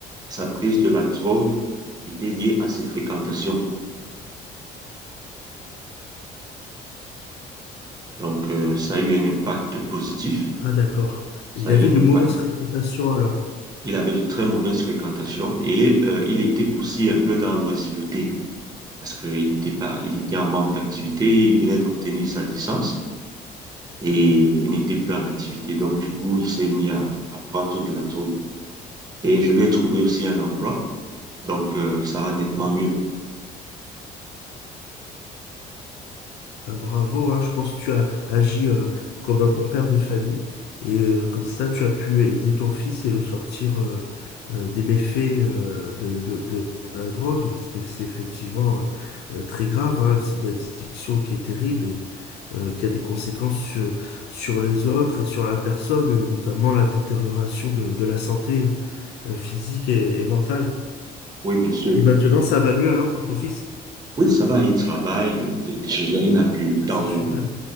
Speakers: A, on the right (about 25°); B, on the left (about 75°).
A: sa prise de la drogue était liée à ses fréquentations. Donc, euh, ça a eu un impact positif.
B: Ah d'accord.
A: Ça
B: Il
A: a
B: avait
A: eu un
B: de
A: impact.
B: mauvaises fréquentations alors.
A: Il avait de très mauvaises fréquentations et euh, il était aussi un peu dans l'oisiveté. parce qu'il n'était pas, il était en manque d'activité, il venait d'obtenir sa licence et il n'était plus en activité. Donc, du coup, il s'est mis à, à prendre de la drogue. Et je lui ai trouvé aussi un emploi, donc euh, ça va nettement mieux.
B: Bah, bravo, hein. Je pense que tu as agi euh, comme un bon père de famille et euh, comme ça tu as pu aider ton fils et le sortir euh, euh, des méfaits euh, de, de- de la drogue, parce que c'est effectivement euh, euh, très grave, hein, c'est une addiction qui est terrible et euh, qui a des conséquences sur, sur les autres et sur la personne, euh, notamment la détérioration de, de la santé euh, physique et, et mentale.
A: Oui, bien sûr.
B: Et maintenant ça va mieux alors pour ton fils?
A: Oui, ça va, il travaille, euh, je- il n'a plus le
B: Bah,
A: temps
B: c'est super,
A: de, il